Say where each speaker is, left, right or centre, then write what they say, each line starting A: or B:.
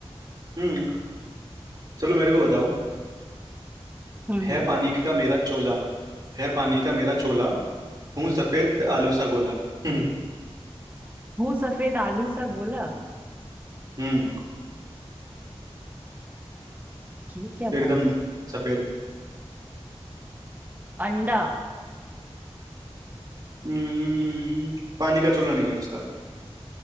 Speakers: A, on the right (about 40°); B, on the right (about 15°).
A: हम्म चलो मेरे को बताओ
B: हम्म
A: है
B: हम्म
A: पानी का मेरा चोला है पानी का मेरा चोला हूँ सफेद आलू सा गोला <laughs> हम्म
B: हूँ सफेद आलू सा गोला
A: हम्म
B: ये क्या बात
A: एकदम सफेद
B: अंडा
A: हम्म पानी का चोला नहीं है उसका